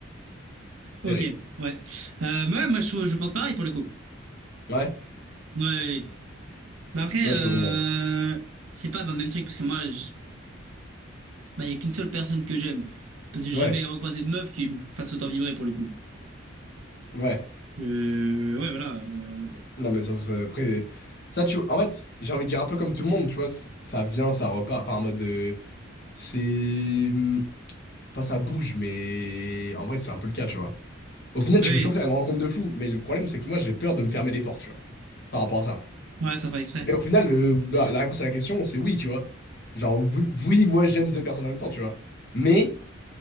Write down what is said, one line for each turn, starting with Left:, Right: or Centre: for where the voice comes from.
Right: ok.
Left: Terrible.
Right: Ouais. Euh, ouais, moi, je, je pense pareil pour le coup.
Left: Ouais,
Right: Ouais. ouais. ouais. Bah après,
Left: là
Right: euh,
Left: je peux comprendre.
Right: c'est pas dans le même truc parce que moi, il bah, y a qu'une seule personne que j'aime. Parce que j'ai
Left: Ouais,
Right: jamais recroisé de meuf qui me fasse autant vibrer pour le coup.
Left: ouais.
Right: Euh, ouais, voilà. euh,
Left: Non, mais ça, ça- après. Ça, tu. En fait, j'ai envie de dire un peu comme tout le monde, tu vois. c- Ça vient, ça repart. Enfin, en mode. euh, c'est. hum, Pas ça bouge, mais. En vrai, c'est un peu le cas, tu vois. Au final,
Right: Bah
Left: tu
Right: oui.
Left: peux toujours faire une rencontre de fou, mais le problème, c'est que moi, j'ai peur de me fermer les portes, tu vois. Par rapport à ça.
Right: Ouais, ça fait exprès.
Left: Mais au final, le- la la réponse à la question, c'est oui, tu vois. Genre, oui, oui, moi, j'aime deux personnes en même temps, tu vois. Mais,